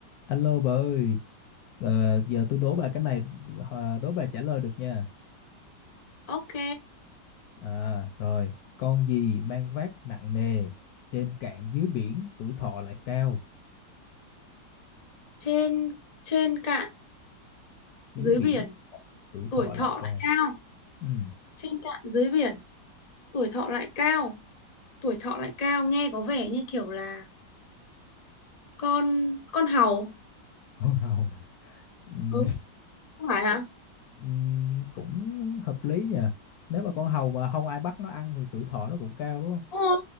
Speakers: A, on the left (about 70°); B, on the left (about 55°).
A: Alo bà ơi, ờ, giờ tôi đố bà cái này, ờ, đố bà trả lời được nha.
B: Ok,
A: À, rồi, con gì mang vác nặng nề, trên cạn dưới biển, tuổi thọ lại cao.
B: trên trên cạn
A: Dưới
B: dưới
A: biển,
B: biển,
A: tuổi thọ
B: tuổi thọ
A: lại cao.
B: lại cao.
A: Ừ,
B: Trên cạn dưới biển, tuổi thọ lại cao. Tuổi thọ lại cao nghe có vẻ như kiểu là con con hầu.
A: <laughs> con hầu à? Ừ,
B: Ừ, không phải hả?
A: ừ, cũng hợp lý nha. Nếu mà con hầu mà không ai bắt nó ăn thì tuổi thọ nó cũng cao đúng không?
B: Đúng rồi,